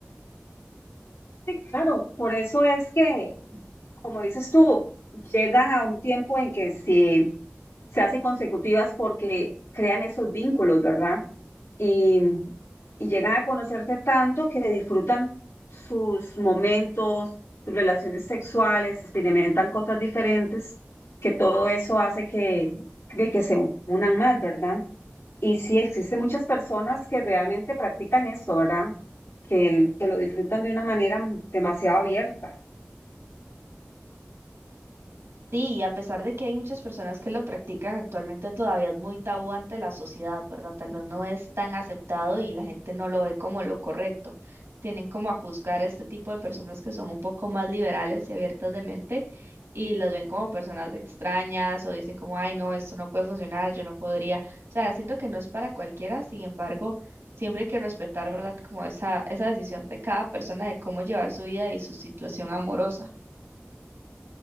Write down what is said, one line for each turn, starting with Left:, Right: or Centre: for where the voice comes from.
Left: Sí, claro, por eso es que, como dices tú, llegan a un tiempo en que se se hacen consecutivas porque crean esos vínculos, ¿verdad? Y, y llegan a conocerse tanto que disfrutan sus momentos, sus relaciones sexuales, experimentan cosas diferentes, que todo eso hace que, de que se unan más, ¿verdad? Y sí, existen muchas personas que realmente practican eso, ¿verdad? Que, el- que lo disfrutan de una manera demasiado abierta.
Right: Sí, y a pesar de que hay muchas personas que lo practican, actualmente todavía es muy tabú ante la sociedad, ¿verdad? Tal vez no es tan aceptado y la gente no lo ve como lo correcto. Tienen como a juzgar a este tipo de personas que son un poco más liberales y abiertas de mente y las ven como personas extrañas o dicen como, ay, no, esto no puede funcionar, yo no podría. O sea, siento que no es para cualquiera, sin embargo, siempre hay que respetar, ¿verdad? Como esa, esa decisión de cada persona de cómo llevar su vida y su situación amorosa.